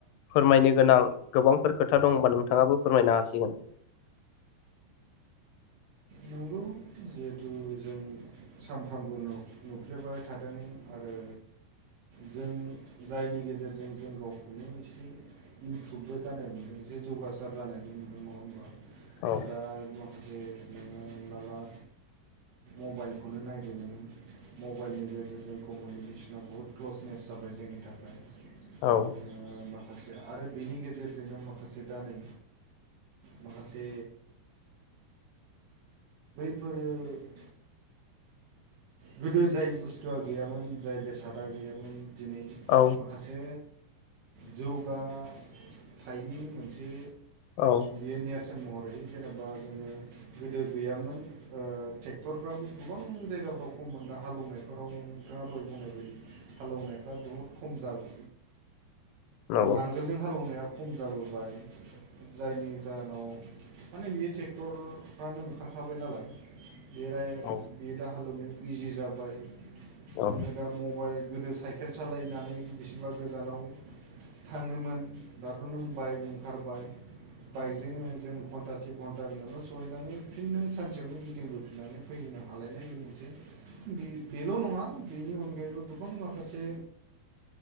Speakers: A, on the left; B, on the right.
A: फोरमायनो गोनां गोबांफोर खोथा दंबा नोंथाङाबो फोरमायनो हासिगोन।
B: नंगौ जिहेथु जों सानफ्रामबो नुफ्लेबाय थादों आरो जों जायनि गेजेरजों जों गावखौनो एसे इमप्रुभबो जानाय मोन्दों एसे जौगासार जानायबो मोनदों नङा होमबा
A: औ
B: दा माखासे नोङो होनलाय मबाइलखौनो नायदों मबाइलनि गेजेरजों कमिउनिकेसना बुहुत क्लसनेस जाबाय जोंनि थाखाय
A: औ
B: नोङो माखासे आरो बेनि गेजेरजोंनो माखासे दा नै माखासे फोरो गोदो जाय बुस्थुआ गैयामोन जाय बेसादा गैयामोन दिनै
A: औ
B: माखासे जौगाथायनि मोनसे
A: औ
B: बियो नेरसोन महरै जेनेबा जोङो गोदो गैयामोन ट्रेक्टरफ्राबो गोबां जायगाफ्राव खम मोन दा हालौनायफोराव नोंथाङा दय बुंनाय बायदि हलौनायफ्रा बुहुद खम जाबो
A: नंगौ
B: नांगोलजों हालौनाया खम जाबोबाय जायनि जाहोनाव माने बियो ट्रेक्टरफ्रानो ओंखारखाबाय नालाय बे आरो
A: औ
B: बे दा हालेवनायाव इजि जाबाय
A: औ
B: नोङो दा मबाइल गोदो साइकेल सालायनानै बिसेबा गोजानाव थाङोमोन दाथ' नों बाइक ओंखारबाय बाइकजोंनो जों घन्टासे घन्टानियावनो सहैनानै फिन नों सानसेयावनो गिदिंबो फिनानै फैनो हालायनाय बे मोनसे बे बेल' नङा बेनि अनगायैबो गोबां माखासे